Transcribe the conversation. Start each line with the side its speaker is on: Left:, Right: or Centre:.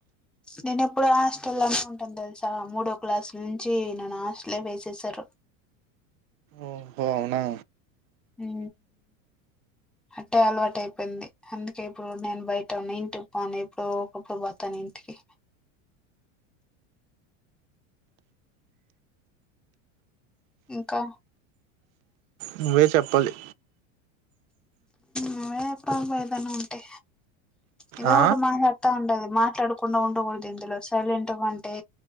Centre: నేను ఎప్పుడు హాస్టల్ లోనే ఉంటాను తెలుసా మూడో క్లాసుల నుంచి నన్ను హాస్టలే వేసేసారు
Right: ఓహో అవునా
Centre: ఊ అట్టే అలవాటు అయిపోయింది అందుకే ఇప్పుడు నేను బయట ఉన్న ఇంటికి పోను ఎప్పుడు ఒకప్పుడు పోతాను ఇంటికి ఇంకా
Right: నువ్వే చెప్పాలి
Centre: నువ్వే ఎప్పాలి బా ఏదన్నా ఉంటే ఏదో
Right: ఆ
Centre: ఒటి మాట్లాడుతా ఉండాలి మాట్లాడుకుండా ఉండకూడదు ఇందులో సైలెం గా వుంటే